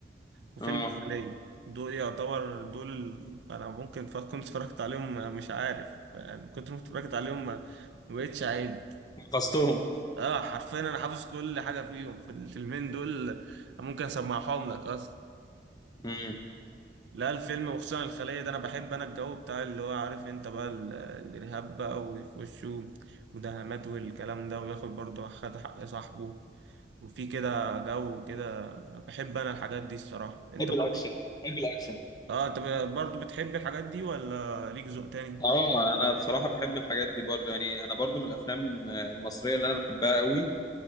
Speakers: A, on the right; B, on the left.
A: وفيلم
B: اه
A: الخلية دول يعتبر دول ال- أنا ممكن ف- كنت اتفرجت عليهم مش عارف يعني كنت اتفرجت عليهم ما ما بقتش عيب
B: حفظتهم
A: اه حرفيا أنا حافظ كل حاجة فيهم في الفيلمين دول ممكن أسمعهم لك أصلا
B: امم
A: لا الفيلم وخصوصا الخلية ده أنا بحب أنا الجو بتاع اللي هو عارف أنت بقى ال- الإرهاب بقى ويخشوا مداهمات والكلام ده وياخد برضه خد حق صاحبه وفي كده جو كده بحب أنا الحاجات دي الصراحة أنت
B: بحب
A: برضه
B: الاكشن بحب الاكشن
A: اه انت ب- برضه بتحب الحاجات دي ولا ليك ذوق تاني
B: اه انا بصراحة بحب الحاجات دي برضو يعني انا برضو من الافلام المصرية اللي انا بحبها قوي